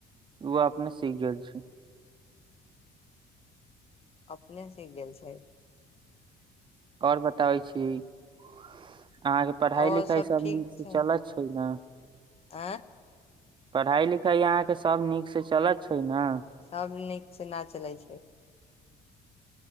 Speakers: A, on the right; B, on the left.
A: उऽ अपने सीख गेल छै
B: अपने सीख गेल छै <inaudible>
A: और बताबै छियै <inaudible> अहाँ केँ पढ़ाई
B: और
A: लिखाई सब
B: ठीक
A: नीक
B: छै
A: से चलै छै न
B: <unintelligible>
A: पढ़ाई लिखाई अहाँकेँ सब नीक से चलै छै न
B: सब नीक स नै चलै छै